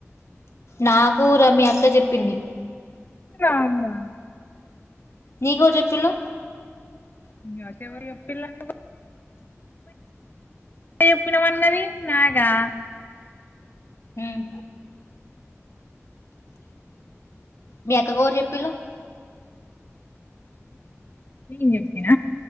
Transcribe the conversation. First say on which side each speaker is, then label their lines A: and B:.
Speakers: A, on the left; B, on the left.
A: నాకు రమ్య అక్క చెప్పింది
B: అవునా
A: నీకె ఎవరు చేప్పిను
B: నాకెవరు చేప్పిలన్న నువే చెప్పినామన్నది నాగా
A: ఉమ్. మీ అక్కగరు చెప్పిలు
B: నేను చెప్పిన